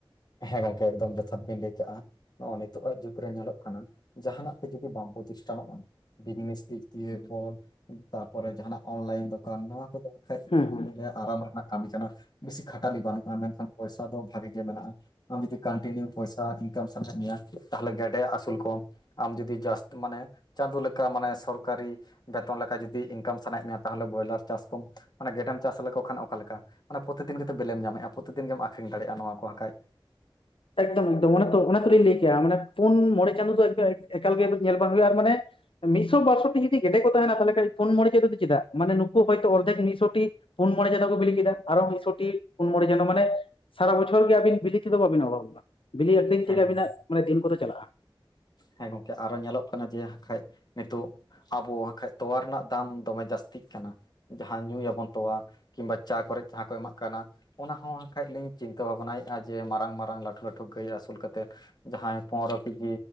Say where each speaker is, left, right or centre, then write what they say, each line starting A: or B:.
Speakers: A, on the left; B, on the left.
A: ᱦᱮᱸ ᱜᱚᱢᱠᱮ ᱮᱠᱫᱚᱢ ᱡᱚᱛᱷᱟᱛ ᱵᱤᱱ ᱞᱟᱹᱭ ᱠᱟᱜᱼᱟ, ᱱᱚᱜᱼᱚᱭ ᱱᱤᱛᱚᱜᱼᱟᱜ ᱡᱩᱜᱽ ᱨᱮ ᱧᱮᱞᱚᱜ ᱠᱟᱱᱟ ᱡᱟᱸᱦᱟᱱᱟᱜ ᱛᱮ ᱡᱩᱫᱤ ᱵᱟᱝ ᱠᱚ ᱪᱤᱥᱴᱟᱱᱚᱜᱼᱟ <unintelligible> ᱫᱤᱭᱮ ᱵᱚᱞ ᱛᱟᱯᱚᱨᱮ ᱡᱟᱸᱦᱟᱱᱟᱜ ᱚᱱᱞᱟᱭᱤᱱ ᱫᱚᱠᱟᱱ ᱱᱚᱣᱟ ᱠᱚᱫᱚ ᱵᱟᱠᱷᱟᱡ
B: ᱦᱩᱸ
A: ᱤᱧ
B: ᱦᱩᱸ
A: ᱫᱚᱧ ᱞᱟᱹᱭᱟ ᱟᱨᱟᱢ ᱨᱮᱱᱟᱜ ᱠᱟᱹᱢᱤ ᱠᱟᱱᱟ, ᱵᱤᱥᱤ ᱠᱷᱟᱴᱟᱞᱤ ᱵᱟᱹᱱᱩᱜᱼᱟ, ᱢᱮᱱᱠᱷᱟᱱ ᱯᱚᱭᱥᱟ ᱫᱚ ᱵᱷᱟᱜᱮ ᱜᱮ ᱢᱮᱱᱟᱜᱼᱟ, ᱟᱢ ᱡᱩᱫᱤ ᱠᱟᱱᱴᱤᱱᱤᱭᱩ ᱯᱚᱭᱥᱟ ᱤᱱᱠᱟᱢ ᱥᱟᱱᱟᱭᱮᱫ ᱢᱮᱭᱟ ᱛᱟᱦᱞᱮ ᱜᱮᱰᱮ ᱟᱹᱥᱩᱞ ᱠᱚᱢ᱾ ᱟᱢ ᱡᱩᱫᱤ ᱡᱟᱥᱛ ᱢᱟᱱᱮ ᱪᱟᱸᱫᱳ ᱞᱮᱠᱟ ᱢᱟᱱᱮ ᱥᱚᱨᱠᱟᱨᱤ ᱵᱮᱛᱚᱱ ᱞᱮᱠᱟ ᱡᱩᱫᱤ ᱤᱱᱠᱟᱢ ᱥᱟᱱᱟᱭᱮᱫ ᱢᱮᱭᱟ ᱛᱟᱦᱚᱞᱮ ᱵᱚᱭᱞᱟᱨ ᱪᱟᱥ ᱠᱚᱢ᱾ ᱢᱟᱱᱮ ᱜᱮᱰᱮᱢ ᱪᱟᱥ ᱞᱮᱠᱚ ᱠᱷᱟᱱ ᱚᱠᱟ ᱞᱮᱠᱟ, ᱢᱟᱱᱮ ᱯᱨᱚᱛᱤᱫᱤᱱ ᱜᱮᱛᱚ ᱵᱮᱞᱮᱢ ᱧᱟᱢᱮᱫᱼᱟ ᱯᱨᱚᱛᱤᱫᱤᱱ ᱜᱮᱢ ᱟᱠᱷᱨᱤᱧ ᱫᱟᱲᱮᱭᱟᱜᱼᱟ ᱱᱚᱣᱟ ᱠᱚ ᱵᱟᱠᱷᱟᱡ᱾
B: ᱮᱠᱫᱚᱢ ᱮᱠᱫᱚᱢ ᱚᱱᱮ ᱛᱚ ᱚᱱᱟ ᱛᱚᱞᱤᱧ ᱞᱟᱹᱭ ᱠᱮᱜ-ᱟ ᱢᱟᱱᱮ ᱯᱩᱱ ᱢᱚᱬᱮ ᱪᱟᱸᱫᱳ ᱫᱚ ᱮᱠᱟᱞ ᱜᱮ ᱧᱮᱞ ᱵᱟᱝ ᱦᱳᱭᱳᱜᱼᱟ ᱟᱨ ᱢᱟᱱᱮ ᱢᱤᱫᱥᱚ ᱵᱟᱨᱥᱚ ᱴᱤ ᱡᱩᱫᱤ ᱜᱮᱰᱮ ᱠᱚ ᱛᱟᱸᱦᱮᱱᱟ ᱛᱟᱦᱞᱮ ᱠᱷᱟᱱ ᱯᱷᱩᱱ ᱢᱚᱬᱮ ᱪᱟᱫᱩ ᱫᱚ ᱪᱮᱫᱟᱜ? ᱢᱟᱱᱮ ᱱᱩᱠᱩ ᱦᱚᱭᱛᱳ ᱚᱨᱫᱮᱠ ᱢᱤᱫᱥᱚᱴᱤ ᱯᱩᱱ ᱢᱚᱬᱮ ᱪᱟᱸᱫᱚ ᱠᱚ ᱵᱤᱞᱤ ᱠᱮᱫᱟ ᱟᱨᱚ ᱢᱤᱫᱥᱚ ᱴᱤ ᱯᱩᱱ ᱢᱚᱬᱮ ᱪᱟᱸᱫᱚ ᱢᱟᱱᱮ ᱥᱟᱨᱟ ᱵᱚᱪᱷᱚᱨ ᱜᱮ ᱟᱹᱵᱤᱱ ᱵᱤᱞᱤ ᱛᱮᱫᱚ ᱵᱟᱹᱵᱤᱱ ᱚᱰᱷᱟᱵᱚᱜ-ᱟ, ᱵᱤᱞᱤ ᱟᱹᱠᱷᱨᱤᱧ
A: ᱦᱮᱸ
B: ᱛᱮᱜᱮ
A: ᱜᱚᱝ
B: ᱟᱵᱤᱱᱟᱜ ᱢᱟᱱᱮ ᱫᱤᱱ ᱠᱚᱫᱚ ᱪᱟᱞᱟᱜᱼᱟ᱾
A: ᱦᱮᱸ ᱜᱚᱢᱠᱮ ᱟᱨᱚ ᱧᱮᱞᱚᱜ ᱠᱟᱱᱟ ᱡᱮ ᱦᱟᱸᱜ ᱠᱷᱟᱡ ᱱᱤᱛᱚᱜ ᱟᱵᱚ ᱦᱟᱜᱠᱷᱟᱡ ᱛᱚᱣᱟ ᱨᱮᱱᱟᱜ ᱫᱟᱢ ᱫᱚᱢᱮ ᱡᱟᱹᱥᱛᱤᱜ ᱠᱟᱱᱟ, ᱡᱟᱦᱟᱸ ᱧᱩᱭᱟᱵᱚᱱ ᱛᱚᱣᱟ ᱠᱤᱝᱵᱟ ᱪᱟ ᱠᱚᱨᱮ ᱡᱟᱸᱦᱟ ᱠᱚ ᱮᱢᱟᱜ ᱠᱟᱱᱟ᱾ ᱚᱱᱟ ᱦᱚᱸ ᱦᱟᱸᱜ ᱠᱷᱟᱡ ᱞᱤᱧ ᱪᱤᱱᱛᱟᱹ ᱵᱷᱟᱵᱽᱱᱟ ᱭᱮᱫᱼᱟ ᱡᱮ ᱢᱟᱨᱟᱝ ᱢᱟᱨᱟᱝ ᱞᱟᱹᱴᱷᱩ ᱞᱟᱹᱴᱷᱩ ᱜᱟᱹᱭ ᱟᱹᱥᱩᱞ ᱠᱟᱛᱮᱫ ᱡᱟᱸᱦᱟᱸᱭ ᱯᱚᱱᱨᱚ ᱠᱮᱡᱤ,